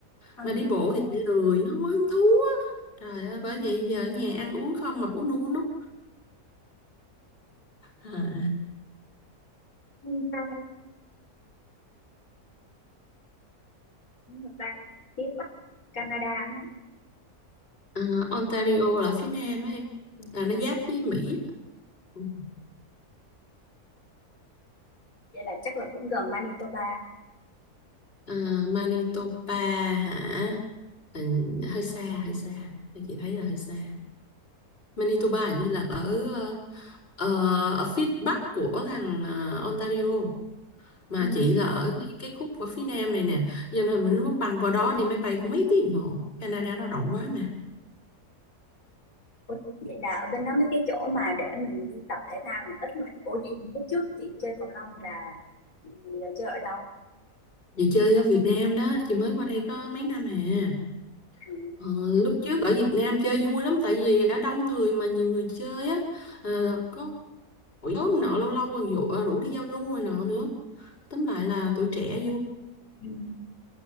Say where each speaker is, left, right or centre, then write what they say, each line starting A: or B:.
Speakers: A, on the left (about 60°); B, on the left (about 35°).
A: anh
B: mà đi bộ
A: ta
B: thì chị lười nó không có hứng thú á trời ơi bởi vậy giờ ở nhà ăn uống không mập uống nu uống núc à.
A: anh ta nhưng mà bang phía Bắc Canada nữa
B: Ờ, Ontario là ở phía nam á em
A: Thì này,
B: là nó giáp với Mỹ Ừ.
A: vậy là chắc là cũng gần Manitoba
B: Ờ, Manitoba hả Ừ, hơi xa hơi xa Thì chị thấy là hơi xa Manitoba hình như là ở ờ, ờ, ở phía bắc của thằng ờ, Ontario mà
A: ừ.
B: chị là ở ngay cái khúc ở phía nam này nè cho nên mình muốn băng qua đó đi máy bay cũng mấy tiếng đồng hồ Canada nó rộng quá mà
A: Ủa, vậy là ở bên đó mấy cái chỗ mà để mình đi tập thể thao này ít thôi chị ủa vậy lúc trước chị chơi cầu lông là chị chơi ở đâu
B: chị chơi ở Việt Nam đó chị mới qua đây có mấy năm hè
A: À,
B: Ờ, lúc trước ở Việt Nam chơi vui lắm tại vì ở đông người mà nhiều người chơi á Ờ, có hội nhóm nọ lâu lâu còn dụ, ờ, rủ đi giao lưu rồi nọ nữa tóm lại là tuổi trẻ
A: ừ.